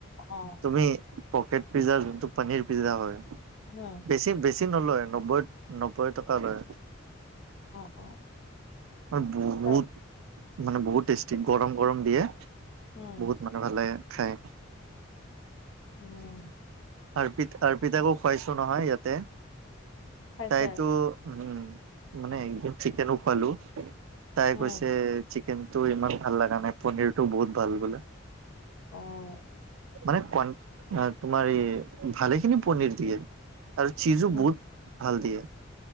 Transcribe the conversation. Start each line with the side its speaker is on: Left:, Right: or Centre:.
Left: অ',
Right: তুমি পকেট পিজ্জা, যোনটো পনীৰ পিজ্জা হয়
Left: হ'ম।
Right: বেছি, বেছি নলয় নব্বৈ নব্বৈ টকা লয়।
Left: অ' অ'।
Right: মানে
Left: হয়,
Right: বহুত, মানে বহুত টেষ্টি, গৰম-গৰম দিয়ে,
Left: উম,
Right: বহুত মানে ভালাগে খাই,
Left: উম,
Right: আৰৰ্ পিত আৰ্ পিতাকো খুৱাইছো <unintelligible> নহয় ইয়াতে,
Left: খাইছে
Right: তাইতো উম, মানে একদম চিকেনো খোৱালো, তাই
Left: উম,
Right: কৈছে চিকেনতটো ইমান ভাল লগা নাই, পনিৰটো বহুত ভাল বোলে।
Left: অ'হ।
Right: মানে, ক তোমাৰ এই ভালেখিনি পনীৰ দিয়ে। আৰু চিজো
Left: হুম,
Right: বহুত ভাল দিয়ে,